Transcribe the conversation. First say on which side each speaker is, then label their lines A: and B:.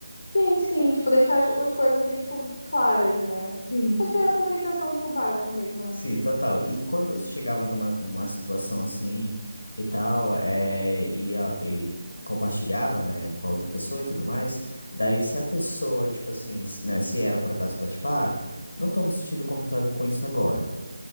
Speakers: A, on the left; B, on the left.
A: Sim, sim, tipo, deixar as, as coisas ali, tipo, claras, né?
B: Sim.
A: Acho que é a comunicação, tipo, básica mesmo, né?
B: Sim, total. E quando você chegava numa, numa situação assim e tal, é, e, a- e compartilhava, né, com a outra pessoa e tudo mais, daí se a pessoa, tipo assim, se- né, se ela por acaso falar, tipo, ah, não tô me sentindo confortável com isso agora.